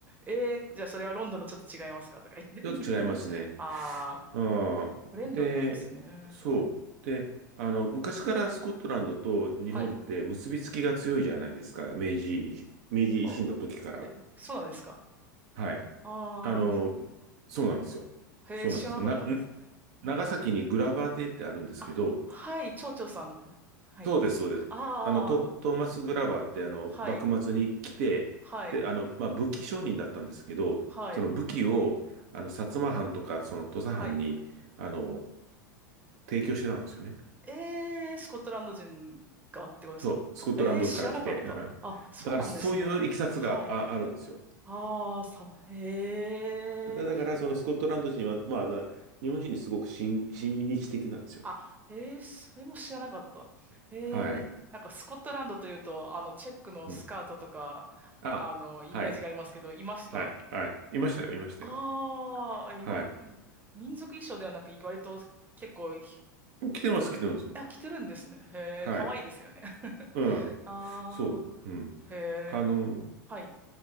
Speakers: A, on the right; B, on the right.
A: えー、じゃあそれはロンドンとちょっと違いますかとか言って。
B: ー。ちょっと違いますね。
A: <laughs> ああ、
B: ああで、
A: うんフレンドリーなんですね。
B: そう。
A: はい。
B: で、あの、昔からスコットランドと日本って結びつきが強いじゃないですか。
A: はい。
B: 明治、明治維新の時から。
A: あ、え、そうなんですか
B: はい。
A: ああ
B: あの、そうなんですよ。
A: へえ、
B: そうなんですよ。
A: 知らなかったです。
B: な、ん
A: うん
B: 長崎にグラバー邸ってあるんですけど、
A: あ、はい、蝶々さん。はい。
B: そうです、そうです。
A: ああ、
B: あの、ト、トーマス・グラバーって、あの、
A: はい、
B: 幕末に来て、
A: はい、
B: で、あの、まあ、武器商人だったんですけど、
A: はい、
B: その武器を、あの、薩摩藩とか、その土佐藩に、
A: はい。
B: あの、提供してたんですよね。
A: えー、スコットランド人がってことですかえー、
B: そう、スコットランドから来て。
A: 知らなかった。
B: うん、
A: あ、そうなんですね。
B: だから、そういういきさつがあ、
A: はい。
B: あるんですよ。
A: ああ、さ、へえ。
B: だ、だから、そのスコットランド人は、まあ、な日本人にすごく親、親日的なんですよね。
A: あ、えー、それも知らなかった。え
B: はい。
A: ー、なんかスコットランドというと、あの、チェックのスカートとか、
B: うん。あ、
A: あの、イメージがありますけど、
B: はい。
A: いました
B: はい。はい。いましたよ、いましたよ。
A: ああー、今、
B: はい。
A: ん民族衣装ではなく、割と結構、ひ
B: 来てます、来てます。
A: あ、着てるんですね。へえ、
B: はい。
A: かわいいですよね。<laughs>
B: うん。
A: ああ、
B: そう。うん。
A: へえ、
B: あの、
A: はい、